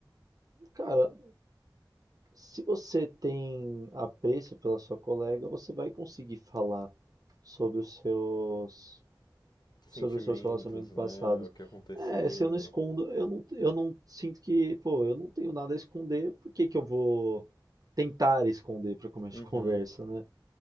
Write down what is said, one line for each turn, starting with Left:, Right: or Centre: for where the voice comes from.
Right: Cara, se você tem apreço pela sua colega, você vai conseguir falar sobre os seus
Left: Sentimentos,
Right: sobre os seus relacionamentos
Left: né?
Right: passados.
Left: O que aconteceu.
Right: É, se eu não escondo, eu não, eu não sinto que, pô, eu não tenho nada a esconder, por que que eu vou tentar esconder para começo
Left: Uhum,
Right: de <laughs> conversa, né?